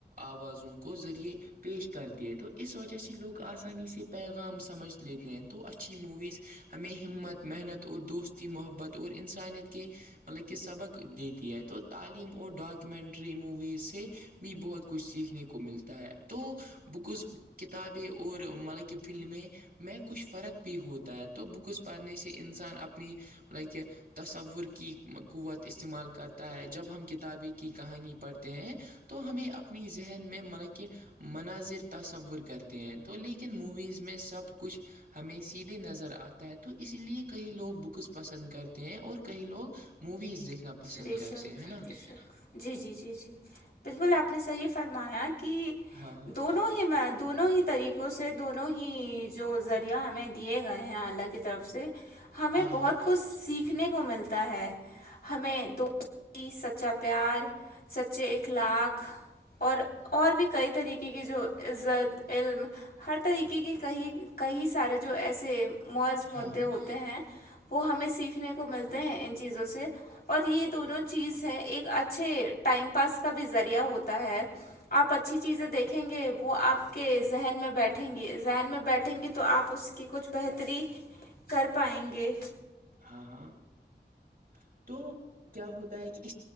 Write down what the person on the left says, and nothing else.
بے
شک
جی جی جی جی بالکل آپ نے صحیح فرمایا کہ
دونوں ہی میں دونوں ہی <unintelligible> طریقوں سے دونوں ہی جو ذریعہ ہمیں دیے گئے ہیں اللہ کی طرف سے <unintelligible> ہمیں
بہت
کچھ سیکھنے کو ملتا ہے ہمیں دو سچا پیار سچے اخلاق <unintelligible> اور اور بھی کئی طریقے کی جو عزت علم ہر طریقے کے کئی کئی سارے جو ایسے موض مدے
ہوتے ہیں وہ ہمیں سیکھنے کو ملتے ہیں ان چیزوں سے اور یہ دونوں چیز ہے ایک اچھے ٹائم پاس کا بھی ذریعہ ہوتا ہے آپ اچھی چیزیں دیکھیں گے وہ آپ کے ذہن میں بیٹھیں گی ذہن میں بیٹھیں گی تو آپ اس <unintelligible> کہ کچھ بہتری کر پائیں گے